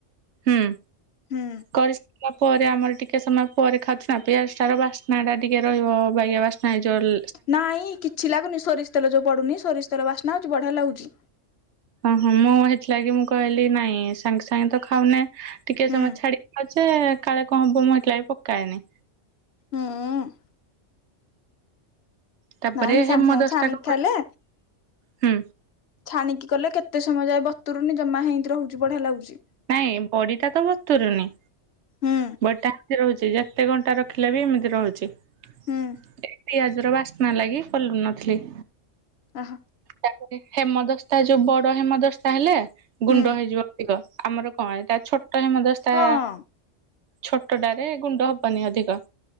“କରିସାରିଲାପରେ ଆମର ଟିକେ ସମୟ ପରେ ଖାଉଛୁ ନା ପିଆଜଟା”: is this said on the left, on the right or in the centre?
Right